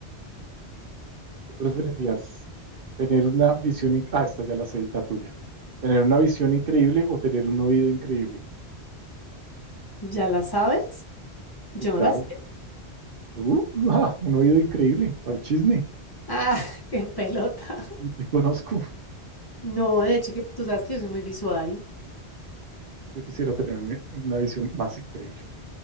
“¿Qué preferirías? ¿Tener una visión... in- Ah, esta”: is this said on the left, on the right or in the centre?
Right